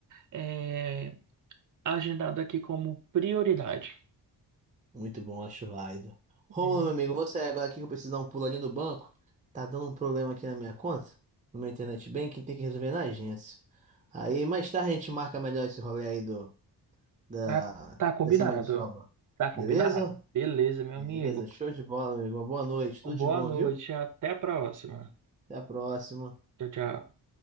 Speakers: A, on the right (about 45°); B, on the right (about 20°).
A: é, agendado aqui como prioridade.
B: Muito bom, acho válido. Romulo,
A: Hum.
B: meu amigo, você agora aqui que eu preciso dar um pulo ali no banco. Tá dando um problema aqui na minha conta, no meu internet banking, tem que resolver na agência. Aí mais tarde a gente marca melhor esse rolê aí do, da,
A: Tá, tá combinado.
B: dessa maniçoba.
A: Tá combinado?
B: Beleza?
A: Beleza, meu
B: Beleza,
A: amigo.
B: show de bola, meu amigo. Uma boa noite, tudo
A: Boa
B: de bom,
A: noite,
B: viu?
A: até a próxima.
B: Até a próxima.
A: Tchau, tchau.